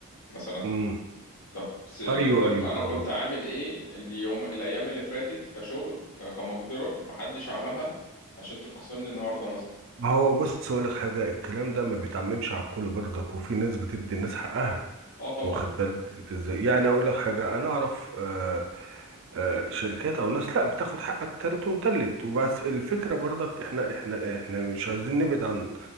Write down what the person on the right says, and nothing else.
مم.
ايوه
ايوه
اه
آه.
ما هو بص هقول لك حاجه الكلام ده ما بيتعممش على الكل برضك وفي ناس بتدي الناس حقها
واخد بالك انت ازاي يعني اقول لك حاجه انا اعرف آه آه شركات او ناس لا بتاخد حقك تالت ومتلت وبس الفكره برضك احنا احنا احنا مش عايزين نبعد عن